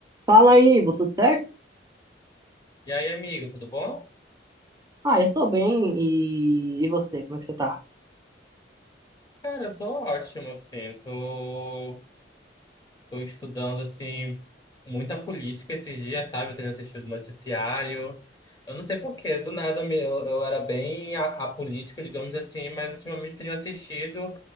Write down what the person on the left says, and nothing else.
E aí, amigo, tudo bom?
Cara, eu tô ótimo, assim, tô, tô estudando, assim, muita política esses dias, sabe? Eu tenho assistido noticiário, eu não sei por quê, do nada me- eu, eu era bem a- apolítico, digamos assim, mas ultimamente eu tenho assistido,